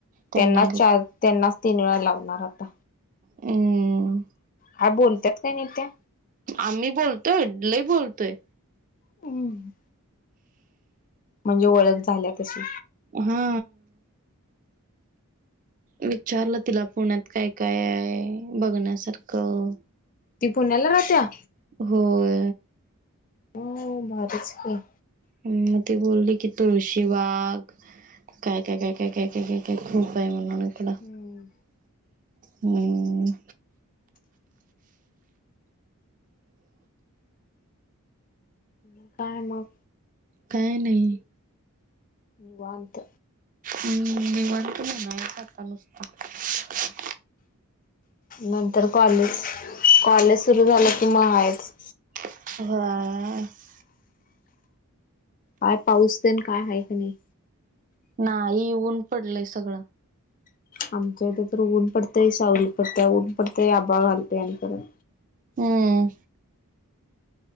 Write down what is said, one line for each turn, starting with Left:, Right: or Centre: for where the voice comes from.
Right: त्यांना
Left: त्यांनाच
Right: एक
Left: चार त्यांनाच तीन वेळा लावणार आता
Right: हम्म
Left: हा बोलतात का नाही त्या
Right: आम्ही बोलतोय लई बोलतोय
Left: हम म्हणजे ओळख झाल्या तशी
Right: हा विचारलं तिला पुण्यात काय काय आहे बघण्यासारखं
Left: ती पुण्याला राहत्या
Right: होय
Left: म भरच की
Right: ह मग तेी बोलली की तुळशी बाग काय काय काय काय काय काय काय काय खूप आहे मन कपड
Left: हम्म
Right: हम्म
Left: काय मग
Right: काय नाही
Left: निवांत
Right: हम्म निवांत म्हणायचं आता बसलो
Left: नंतर कॉलेज कॉलेज सुरु झालं कि म आहेच
Right: हा
Left: काय पाऊसते ना काय आहे का नाही
Right: नाही येऊन पडलेय सगळं
Left: आमच्या इथे तर ऊन पडतेंय सावरली पडते ऊन पडतेय आबा घालते आणि परत
Right: हम्म